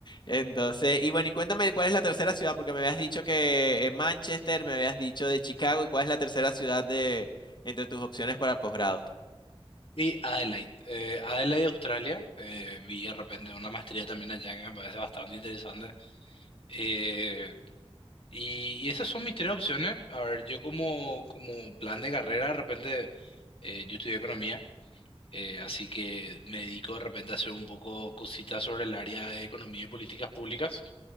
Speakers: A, on the left; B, on the left.
A: Entonces, y bueno, y cuéntame cuál es la tercera ciudad, porque me habías dicho que eh, Manchester, me habías dicho de Chicago, y cuál es la tercera ciudad de entre tus opciones para posgrado.
B: Y Adelaide, eh, Adelaide, Australia, eh, vi de repente una maestría también allá que me parece bastante interesante. Eh, y, y esas son mis tres opciones. A ver, yo como, como plan de carrera, de repente, eh, yo estudié economía, eh, así que me dedico de repente a hacer un poco cositas sobre el área de economía y políticas públicas.